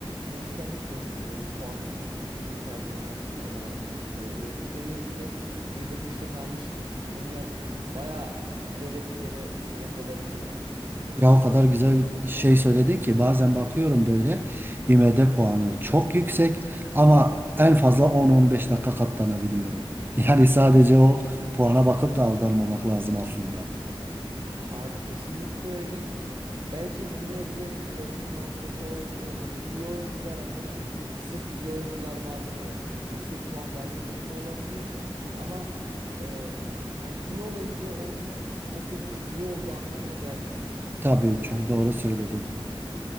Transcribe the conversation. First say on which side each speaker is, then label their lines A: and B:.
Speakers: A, on the right; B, on the right.
A: değişkenlik gösteriyor bu puanın filmin performansına olan e, durumu. Dediğin gibi kıyıda köşede kalmış filmler baya güzel etkilere sebep olabiliyor.
B: Ya o kadar güzel
A: Ee,
B: şey söyledin ki bazen bakıyorum böyle IMD puanı çok yüksek ama en fazla on on beş dakika katlanabiliyorum. <laughs> Yani sadece o puana bakıp da aldanmamak lazım aslında.
A: Abi kesinlikle öyle. Belki bir nebze torpil muhabbeti olabiliyor. Hani iyi oyuncular adına sırf iyi oyuncular var diye yüksek puan verme durumu olabiliyor. Ama e, hani iyi oyuncu olacağı o filmin iyi olduğu anlamına gelmiyor.
B: Tabii
A: Bu
B: çok doğru söyledin.